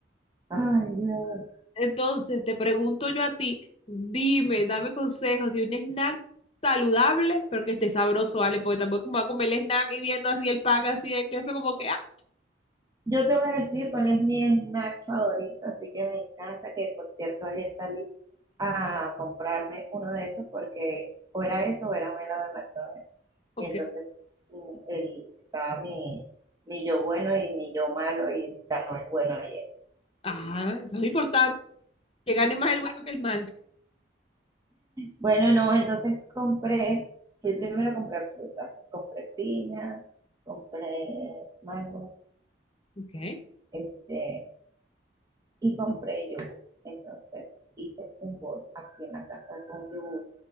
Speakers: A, on the right; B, on the left.
A: Ay, Dios.
B: Entonces te pregunto yo a ti, dime, dame consejos de un snack saludable, pero que esté sabroso, ¿vale? Porque tampoco me voy a comer el snack y viendo así el pan, así el queso, como que, ah,
A: Yo te voy a decir cuál es mi snack favorito, así que me encanta que, por cierto, ayer salí a comprarme uno de esos porque o era eso o era un helado de McDonald's.
B: ok.
A: Y entonces mm, el- estaba mi, mi yo bueno y mi yo malo y ganó el bueno ayer.
B: Ah, eso es importante, que gane más el bueno que el mal.
A: Bueno, no, entonces compré, fui primero a comprar frutas, compré piña, compré mango,
B: Ok,
A: este, y compré yogur. Entonces hice un bol aquí en la casa con yogur.